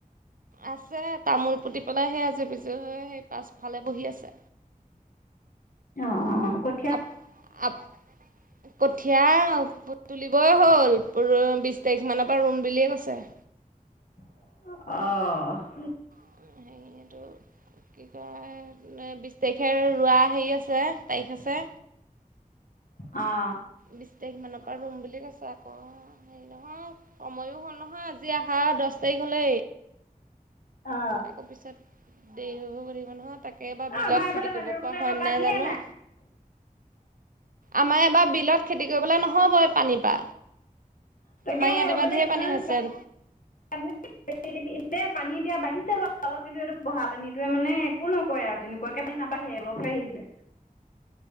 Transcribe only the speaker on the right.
আছে, তামোল পুতি পেলাই সেই আজি বিজু হৈ সেই পাছফালে বহি আছে।
আপ আপ কঠীয়া তুলিবই হ'ল, বিছ তাৰিখ মানৰ পৰা ৰুম বুলিয়েই কৈছে।
<unintelligible> কি কয় মানে বিছ তাৰিখে ৰোৱা হেৰি আছে, তাৰিখ আছে।
বিচ তাৰিখ মানৰ পৰা ৰুম বুলি কৈছে আকৌ, হেৰি নহয়, সময়ো হ'ল নহয় আজ আজি আহা দহ তাৰিখ হ'লে
আকৌ পিছত দেৰি হৈ হৈ গৈ থাকিব নহয়, তাকে এইবাৰ বিলত
খেতি কৰিব
পৰা
হয়নে
নাই জানো। আমাৰ এইবাৰ বিলত খেতি কৰিবলৈ নহ'ব পানীৰ পৰা।
আমাৰ ইয়াত
এইবাৰ ঢেৰ
পানী হৈছে।